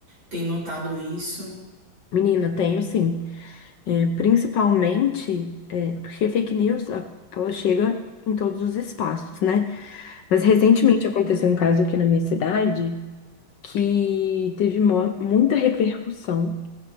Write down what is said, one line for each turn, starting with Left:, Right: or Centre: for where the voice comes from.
Right: tem notado isso.
Left: Menina, tenho sim. É, principalmente é, porque fake news, a- ela chega em todos os espaços, né? Mas recentemente
Right: Hum.
Left: aconteceu um caso aqui na minha cidade que teve mo- muita repercussão